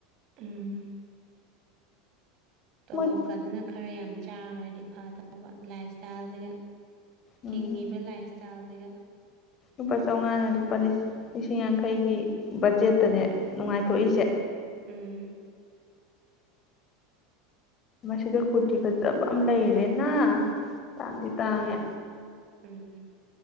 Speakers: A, on the right; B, on the left.
A: ꯎꯝ ꯇꯣꯂꯣꯞꯀꯗꯨꯅ
B: ꯃꯣꯏ
A: ꯈꯔ ꯌꯥꯝ ꯆꯥꯔꯗꯤ ꯐꯗꯧꯕ ꯂꯥꯏꯞ ꯏꯁꯇꯥꯏꯜꯁꯤꯒ
B: ꯎꯝ
A: ꯍꯤꯡꯉꯤꯕ ꯂꯥꯏꯞ ꯏꯁꯇꯥꯏꯜꯁꯤꯒ꯫
B: ꯂꯨꯄꯥ ꯆꯥꯎꯉꯥꯅ ꯂꯨꯄꯥ ꯂꯤꯁꯤꯡ ꯌꯥꯡꯈꯩꯒꯤ ꯕꯖꯦꯠꯇꯅꯦ ꯅꯨꯡꯉꯥꯏꯊꯣꯛꯏꯁꯦ꯫
A: ꯎꯝ
B: ꯃꯁꯤꯗ ꯀꯨꯔꯇꯤ ꯐꯖꯕ ꯑꯃ ꯂꯩꯔꯦꯅ꯫
A: <unintelligible>
B: ꯇꯥꯡꯗꯤ ꯇꯥꯡꯉꯦ꯫
A: ꯎꯝ